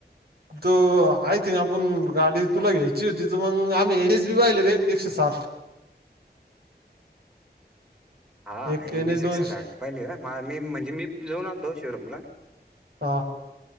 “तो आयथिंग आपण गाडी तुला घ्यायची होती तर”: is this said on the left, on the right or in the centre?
Right